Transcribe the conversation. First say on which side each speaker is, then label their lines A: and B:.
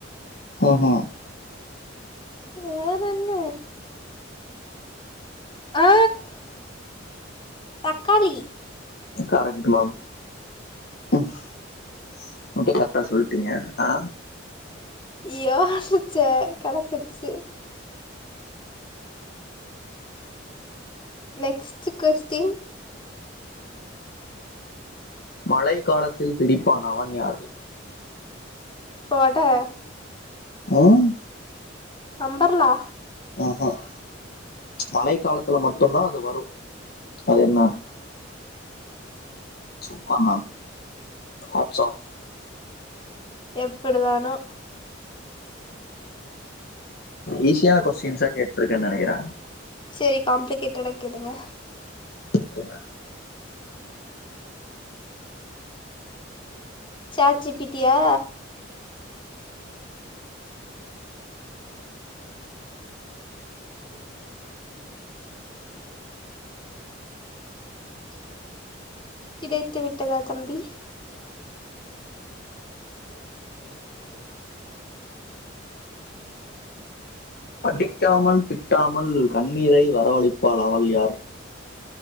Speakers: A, on the left; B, on the left.
A: ம் ம்
B: வேற என்ன அ தக்காளி
A: கரக்ட் மேம் இப்ப கரக்ட்டா சொல் ட்டீங்க அ
B: யோசிச்சேன் கெடச்சிருச்சு நெக்ஸ்ட் கொஸ்டின்
A: மழைக் காலத்தில் பிடிப்பான் அவன் யார்
B: கொட
A: ம்
B: அம்பர்லா
A: ம் ம் மழை காலத்துல மட்டுந்தா அது வரும் அது என்ன சூப்பர் மேம் ஹாப்ஸ் ஆஃப்
B: எப்புடிதானோ
A: ஈஸியான கொஸ்டின்ஸா கேட்டிருக்கன்னு நெனைக்கிறன்
B: சரி காம்ப்ளிகேட்டடா கேளுங்க
A: okay ma'am
B: chat G P டியா <inaudible> <inaudible> <inaudible> கிடைத்து விட்டதா தம்பி அந்த லொகேஷன் எல்லாம் எதுவும் பண்ண முடியாது
A: அடிக்காமல் திட்டாமல் கண்ணீரை வரவழிப்பாள் அவள் யார்